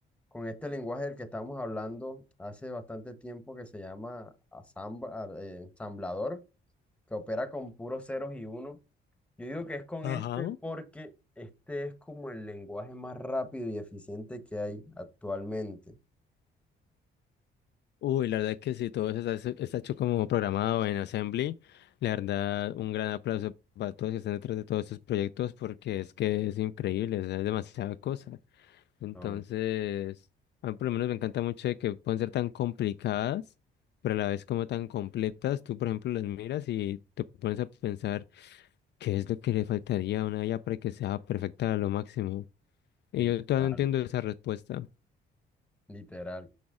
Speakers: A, in the centre; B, on the left.
A: con este lenguaje del que estamos hablando hace bastante tiempo que se llama asambla- a- eh, ensamblador, que opera con puros ceros y unos Yo digo que es con
B: ajá.
A: este porque este es como el lenguaje más rápido y eficiente que hay actualmente.
B: Uy, la verdad que sí, todo eso está, está hecho como programado en Assembly. La verdad, un gran aplauso para todos que están detrás de todos estos proyectos porque es que es increíble, o sea, es demasiada cosa. Entonces,
A: No,
B: a mí por lo menos me encanta mucho de que pueden ser tan complicadas, pero a la vez como tan completas. Tú, por ejemplo, las miras y te pones a pensar qué es lo que le faltaría a una IA para que sea perfecta a lo máximo. Y
A: literal,
B: yo todavía no entiendo esa respuesta.
A: literal.